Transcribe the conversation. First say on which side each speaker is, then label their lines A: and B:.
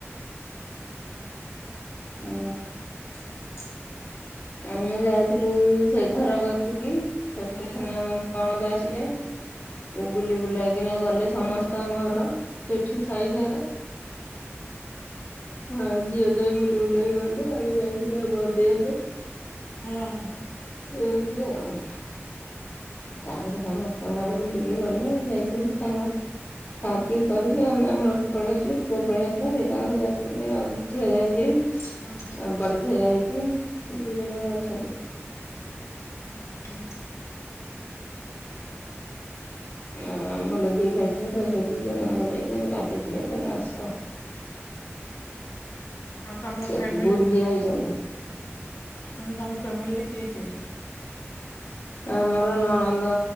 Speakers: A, on the left; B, on the left.
A: ହୁଁ
B: ହୁଁ
A: ହୁଁ।
B: ଆମେ ଯାଇଥିଲୁ ସେ ଘର କ ଗତିକି। ସେଠୁ
A: ହୁଁ
B: ପୁଣି ଆମ ନଣନ୍ଦ ଆସିଲେ ସେ ବୁଲି ବୁଲାଇକିନା ଗଲେ ସମ ସମସ୍ତ ଙ୍କ ଘର ଏଠି ସାହି ସାରା। ହଁ ଝିଅ ଯାଇ ବୁଲି ବୁଲା ବି ଗଲେ ଆମେ ଯାଇଥିଲେ ବନ୍ଦେଇ ଘରେ।
A: ହଁ।
B: ଏମିତି ଆଉ ତାପରେ
A: ଆଉ
B: ସମ ତା ଘର ବୁଲିକି ଗଲେ ଯାଇଛନ୍ତି ତାଙ୍କର ଖା ପିଇ କରିକି ଆମେ ଆମର ପଳେଇଆସିଲୁ ପୁଅ ପଳେଇଆସିଲ ସେ ତାଙ୍କର ଯାଇଛନ୍ତି ଆଉ। ଝିଅ ଯାଇଛି
A: ହୁଁ ହୁଁ
B: ଆଉ ବଡ ଝିଅ ଯାଇଛି ଦି ଜଣ ଯାଙ୍କ ଅଛନ୍ତି।
A: ଉଁ ହୁଁ।
B: ଆ ଆମର ଦିଟା ଝିଅ ତ ସେ ଦି ଜଣ ଜାଙ୍କ ଯାଇଛନ୍ତି ଡାକିଥିଲେ କହିଲେ ଆସ।
A: ଉଁ ହୁଁ ଆଉ ତମ
B: ସେ
A: ଫ୍ୟାମିଲ
B: ବୁଲି ଆଇଛନ୍ତି
A: ଉଁ ମୁଁ ତମ ଫ୍ୟାମିଲରେ ତିଏ ତିଏ।
B: ଆମର ନଣନ୍ଦ